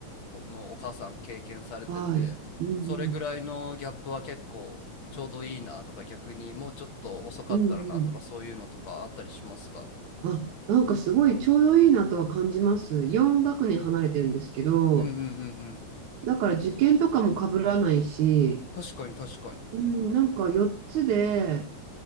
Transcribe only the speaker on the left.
のお母さん経験されてて、
それぐらいのギャップは結構ちょうどいいなとか、逆にもうちょっと遅かったらなとか、
そういうのとかあったりしますか
うんうんうんうん。
確かに確かに。